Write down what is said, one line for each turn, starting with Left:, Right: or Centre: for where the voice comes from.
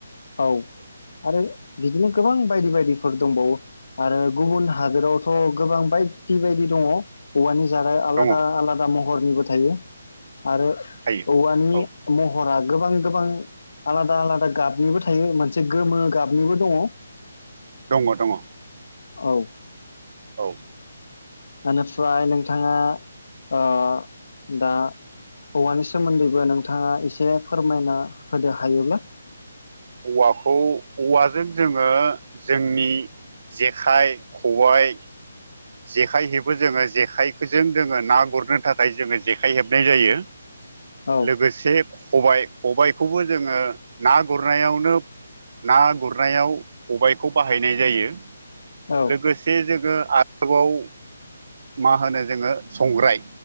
Left: औ आरो बिदिनो गोबां बायदि बायदिफोर दंबावो आरो गुबुन हादोरावथ' गोबां बायदि बायदि दङ औवानि जारा आलादा
Right: दङ
Left: आलादा महरनिबो थायो। आरो
Right: थायो
Left: औवानि
Right: औ
Left: महरा गोबां गोबां आलादा आलादा गाबनिबो थायो मोनसे गोमो गाबनिबो दङ।
Right: दङ दङ।
Left: औ।
Right: औ।
Left: इनिफ्राय नोंथाङा ओ दा औवानि सोमोन्दैबो नोंथाङा एसे फोरमायना होदो हायोब्ला।
Right: औवाखौ औवाजों जोङो जोंनि जेखाइ खबाय। जेखाइ हेबो जोङो जेखाइखोजों जोङो ना गुरनो थाखाय जोङो जेखाइ हेबनाय जायो।
Left: औ
Right: लोगोसे खबाय खबायखौबो जोङो ना गुर गुरनायावनो ना गुरनायाव खबाइखौ बाहायनाय जायो।
Left: औ
Right: लोगोसे जों जोङो आरोबाव मा होनो जोङो संग्राय